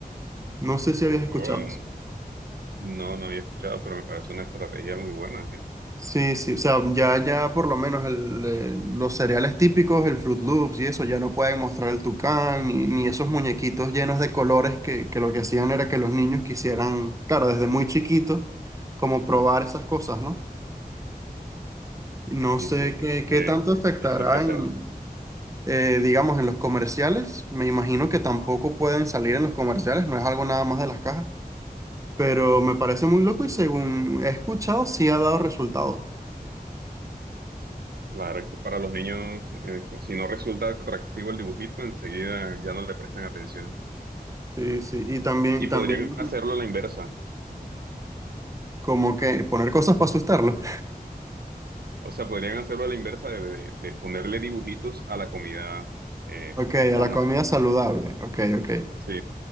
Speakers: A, on the right; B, on the right.
A: No sé si habías escuchado.
B: Oh, no, no había escuchado, pero me parece una estrategia muy buena, ¿eh?
A: Sí, sí, o sea, ya, ya por lo menos el, eh, los cereales típicos, el Fruit Loops y eso, ya no pueden mostrar el tucán ni, ni esos muñequitos llenos de colores que, que lo que hacían era que los niños quisieran, claro, desde muy chiquitos, como probar esas cosas, ¿no? No
B: Sí,
A: sé
B: sí.
A: qué, qué
B: Eh,
A: tanto afectará
B: eso es el que se,
A: en, eh, digamos, en los comerciales. Me imagino que tampoco pueden salir en los comerciales, no es algo nada más de las cajas, pero me parece muy loco y según he escuchado, sí ha dado resultados.
B: Claro, es que para los niños, eh, si no resulta atractivo el dibujito, enseguida ya no le prestan atención.
A: Sí, sí, y también,
B: Y
A: también
B: podrían hacerlo a la inversa.
A: Como que poner cosas para asustarlo.
B: O sea, podrían hacerlo a la inversa de, de- de ponerle dibujitos a la comida eh,
A: Ok, a
B: sana.
A: la comida saludable. Ok, ok.
B: Sí,